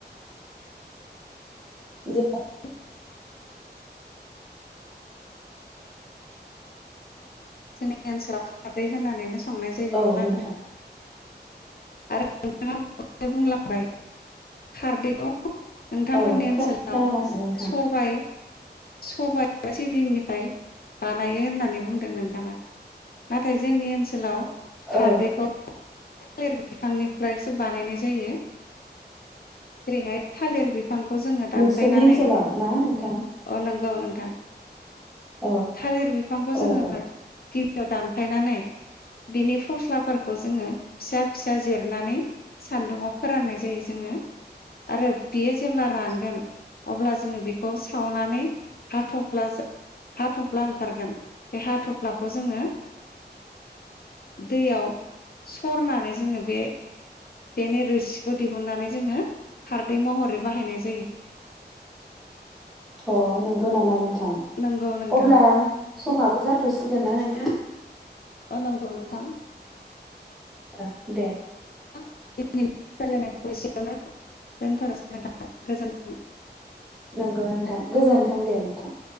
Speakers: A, in the centre; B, on the left.
A: <unintelligible>
B: <unintelligible> जोंनि ओनसोलाव खारदै होननानैनो स संनाय जायो
A: औ
B: अनला
A: नोंथां
B: ओंख्रि आरो नोंथाङा बुंलांबाय खारदैआव। नोंथांमोननि
A: औ
B: ओनसोलाव
A: खोनागासिनो नोंथां
B: सबाय। सबाय एबा सिबिंनिफ्राय बानायो होननानै बुंदों नोंथाङा नाथाय जोंनि ओनसोलाव खारदैखौ
A: औ।
B: थालिर बिफांनिफ्रायसो बानायनाय जायो जेरैहाय थालिर बिफां। बिफांखौ जोङो दानफायनानै।
A: नोंसोरनि ओनसोलाव ना नोंथां
B: औ नोंथां।
A: औ
B: थालिर बिफांखौ
A: औ
B: जोङो।
A: औ
B: याव दानफायनानै बिनि फस्लाफोरखौ जोङो फिसा फिसा जिरनानै सान्दुंआव फोराननाय जायो जोङो आरो बेयो जेब्ला रानगोन अब्ला जोङो बेखौ सावनानै हाथ'फ्ला हाथ'फ्ला ओंखारगोन बे हाथ'फ्लाखौ जोङो दैयाव सरनानै जोङो बे बेनि रोसिखौ दिहुननानै जोङो खारदै महरै बाहायनाय जायो
A: अ नंगौ नामा नोंथां?
B: नंगौ नोंथां
A: अब्ला समाबो जाथ'सिगोन ना नोंथां?
B: अ नंगौ नोंथां ।
A: ओ दे ।
B: दिनैनि रायज्लायनायखौ एसेयावनो दोनथनोसै नोंथां गोजोन्थों ।
A: नंगौ नोंथां गोजोन्थों दे नोंथां ।